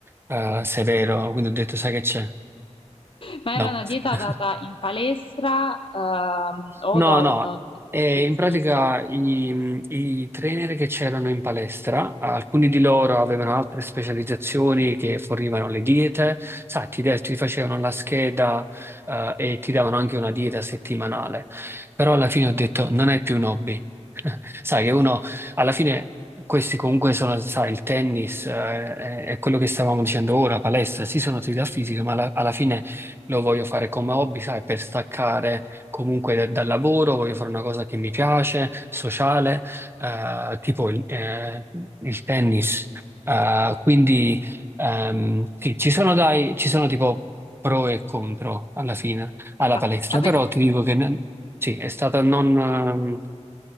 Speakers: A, on the right (about 20°); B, on the left (about 45°).
A: eh, severo, quindi ho detto, sai che c'è?
B: Ma
A: No.
B: era una dieta
A: <laughs>
B: data in palestra, ehm, o
A: No,
B: da
A: no,
B: un
A: eh,
B: nutrizionista?
A: in pratica i, i trainer che c'erano in palestra, alcuni di loro avevano altre specializzazioni che fornivano le diete, sai, ti, de- ti facevano la scheda, eh, e ti davano anche una dieta settimanale, però alla fine ho detto non è più un hobby. <laughs> Sai che uno, alla fine questi comunque sono, sai, il tennis, eh, è, è quello che stavamo dicendo ora, palestra, sì sono attività fisiche, ma alla alla fine lo voglio fare come hobby, sai, per staccare comunque da- dal lavoro, voglio fare una cosa che mi piace, sociale, eh, tipo il, eh, il tennis. Eh, quindi ehm, sì, ci sono, dai, ci sono tipo pro e contro alla fine alla
B: Esatto.
A: palestra,
B: Ma poi
A: però
B: s-
A: ti dico che non- sì, è stata non... ehm,